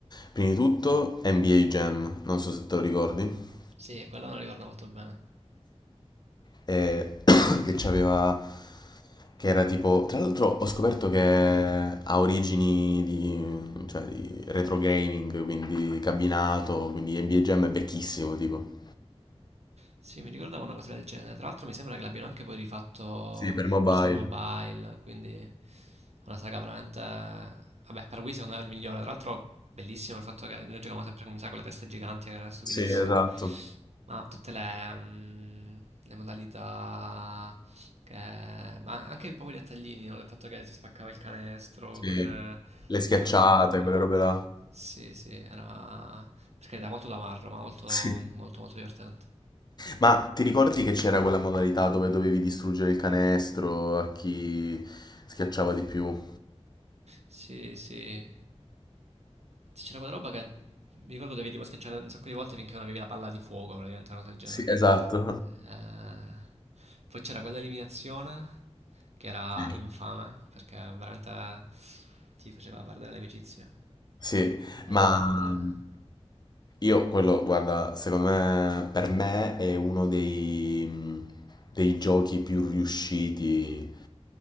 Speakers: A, on the left (about 40°); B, on the right (about 75°).
A: prima di tutto, NBA Jam, non so se te lo ricordi,
B: Sì, quello me lo ricordo molto bene.
A: eh, <clears throat> che c'aveva, che era tipo, tra l'altro ho scoperto che ha origini di, cioè, di retro gaming, quindi cabinato, quindi NBA Jam è vecchissimo, tipo.
B: Sì, mi ricordavo una cosa del genere. Tra l'altro mi sembra che l'abbiano anche poi rifatto,
A: Sì, per mobile.
B: forse per mobile, quindi è una saga veramente... Vabbè, per Wii secondo me è il migliore. Tra l'altro bellissimo il fatto che noi giocavamo sempre con, mi sa, con le teste giganti, che era stupidissimo.
A: Sì, esatto.
B: Ma tutte le, mm, le modalità... Che... Ma anche proprio i dettaglini, no? Il fatto che si spaccava il canestro,
A: Sì.
B: quelle...
A: Le schiacciate,
B: le cose col pubblico.
A: quelle robe là.
B: Sì, sì, era... Per carità, molto da marro, ma molto,
A: Sì.
B: molto, molto divertente.
A: Ma ti ricordi che c'era quella modalità dove dovevi distruggere il canestro a chi schiacciava di più?
B: Sì, sì. Sì, C'era quella roba che mi ricordo dovevi tipo schiacciare un sacco di volte finché non avevi la palla di fuoco, praticamente una cosa del genere.
A: Sì, Esatto.
B: Eh, poi c'era quella eliminazione che era
A: sì.
B: infame perché veramente ti faceva perdere l'amicizia.
A: Sì,
B: Eh,
A: ma mhmm, io quello, guarda, secondo me, per me è uno dei, mhmm, dei giochi più riusciti